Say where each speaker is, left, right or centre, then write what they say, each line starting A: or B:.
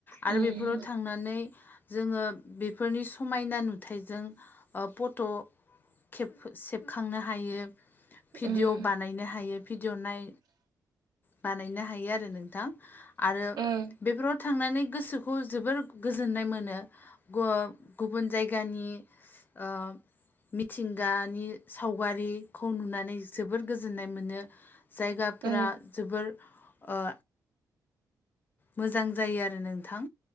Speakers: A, on the left (about 30°); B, on the right (about 75°).
A: आरो
B: उम
A: बेफोराव थांनानै जोङो बेफोरनि समायना नुथायजों फट'खेब- सेबखांनो हायो। भिडिअ
B: उम
A: बानायनो हायो भिडिअ नाय बानायनो हायो आरो नोंथां आरो
B: उम
A: बेफोराव थांनानै गोसोखौ जोबोर गोजोन्नाय मोनो गु-गुबुन जायगानि ओ मिथिंगानि सावगारिखौ नुनानै जोबोर गोजोननाय मोनो। जायगाफोरा
B: उम
A: जोबोर ओ मोजां जायो आरो नोंथां